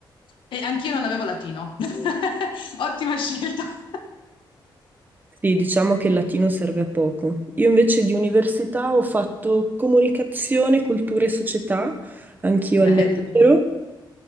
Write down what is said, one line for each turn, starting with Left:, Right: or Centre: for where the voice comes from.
Left: E anch'io non avevo latino. <laughs> Ottima scelta. <laughs>
Right: Sì, diciamo che il latino serve a poco. Io invece di università ho fatto comunicazione, cultura e società, anch'io
Left: Bello.
Right: all'estero.